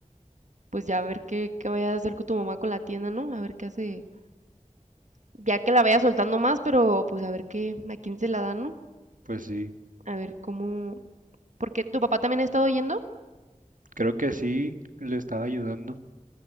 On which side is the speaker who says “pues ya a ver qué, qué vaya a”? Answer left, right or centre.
Right